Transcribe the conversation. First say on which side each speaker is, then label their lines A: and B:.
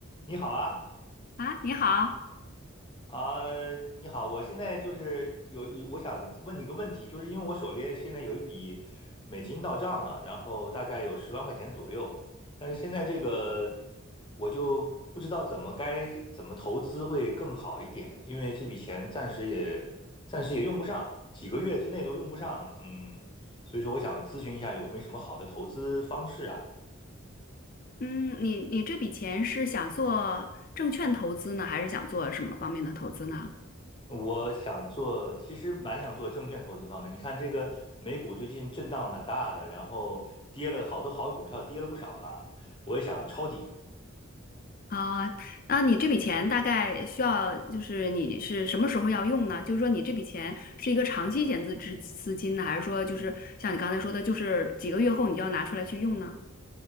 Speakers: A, on the left; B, on the left.
A: 你好啊，
B: 啊，你好，
A: 啊、你好，我现在就是有有，我想问你个问题，就是因为我手里现在有一笔美金到账了，然后大概有十万块钱左右，但是现在这个我就不知道怎么该怎么投资会更好一点，因为这笔钱暂时也暂时也用不上，几个月之内都用不上，嗯，所以说我想咨询一下有没有什么好的投资方式啊？
B: 嗯，你你这笔钱是想做证券投资呢，还是想做什么方面的投资呢？
A: 我想做，其实蛮想做证券投资方面。你看这个美股最近震荡蛮大的，然后跌了好多好股票，跌了不少了。我也想抄底，
B: 啊，那你这笔钱大概需要，就是你是什么时候要用呢？就是说你这笔钱是一个长期闲置资资金呢，还是说就是像你刚才说的，就是几个月后你就要拿出来去用呢？